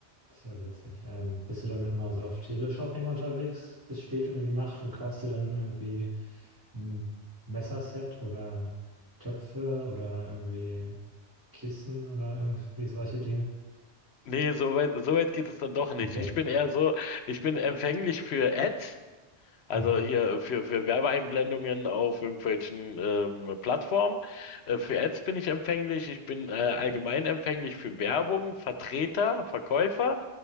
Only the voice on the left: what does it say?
Nee, so weit, so weit geht es dann doch nicht.
Ich bin eher so, ich bin empfänglich für Ads, also
hier für, für Werbeeinblendungen auf irgendwelchen ähm, Plattformen. Äh, für Ads bin ich empfänglich. Ich bin äh, allgemein empfänglich für Werbung, Vertreter, Verkäufer.